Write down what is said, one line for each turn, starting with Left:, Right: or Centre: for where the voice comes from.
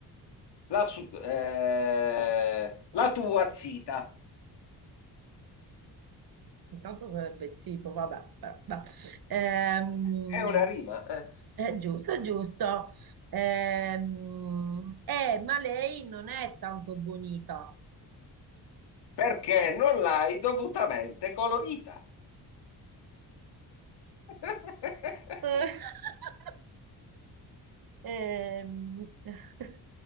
Left: la, su- eh, la tua zita.
Right: intanto sarebbe zitto, vabbè. però, vabbè. Ehm,
Left: È una rima. eh.
Right: è giusto, è giusto. Ehm, eh, ma lei non è tanto bonita.
Left: Perché non l'hai dovutamente colorita. <laughs>
Right: <laughs> Ehm, <laughs>